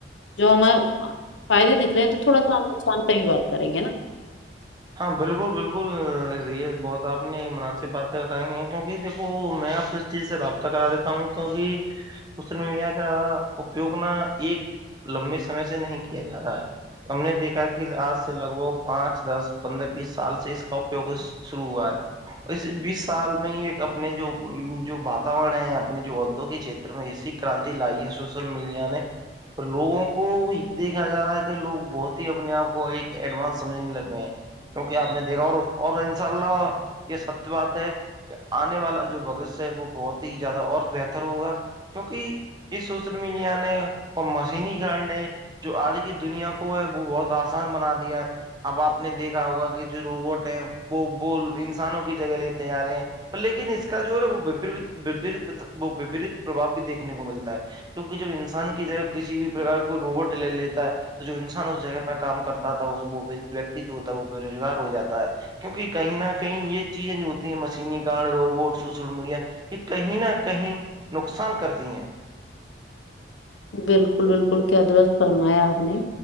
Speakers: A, on the left; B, on the right.
A: جو ہمار فائدے دکھ رہے ہیں تو تھوڑا سا ہم نقصان پہ بھی بات کریں گے نا
B: ہاں بالکل بالکل یہ بہت آپ نے مناسب باتیں بتائی ہیں کیونکہ دیکھو میں آپ سے چیز سے رابطہ کرا دیتا ہوں کیوںکہ سوشل میڈیا کا اپیوگ ن ایک لمبے سمے سے نہیں کیا جا رہا ہے ہم نے دیکھا کہ آج سے لگ بھگ پانچ دس پندرہ بیس سال سے اس کا اپیوگ شروع ہوا ہے اور بیس سال میں ہی ایک اپنے جو جو واتاورن ہے اپنے جو ادوگ کے چت ری کرانتی لائی ہے سوشل میڈیا نے تو لوگوں کو یہ دیکھا جا رہا ہے کہ لوگ بہت ہی اپنے آپ کو ایک ایڈوانس سمجھنے لگ رہے ہیں کیونکہ آپ نے دیکھا اور اور ان شاء اللہ یہ سب بات ہے آنے والا جو بگت سے وہ بہت ہی زیادہ اور بہتر ہوگا کیونکہ اس سوچل ملیا نے وہ مسی نہیں کان نے جو آج کی دنیا کو ہے وہ بہت آسان بنا دیا ہے اب آپ نے دیکھا ہوگا کہ جو روبوٹ ہے وہ وہ انسانوں کی جگہ لیتے آ رہے ہیں لیکن اس کا جو ہے نا وہریت وہ وپریت پرباؤ بھی دیکنے کو ملتا ہے کیونکہ جب انسان کی جگہ کسی بھی پرکار کا کوئی روبوٹ لے لیتا ہے تو جو انسان اس جگہ پہ کام کرتا تھا وہ ویکتی جو ہوتا ہے وہ بے روزگار ہو جاتا ہے کیونکہ کہیں نہ کہیں یہ چیزیں جو ہوتی ہیں مشین کانڈ روبوٹ سوشل میڈیا یہ کہیں نہ کہیں نقصان کرتی ہیں
A: بالکل بالکل کیا درست فرمایا آپ نے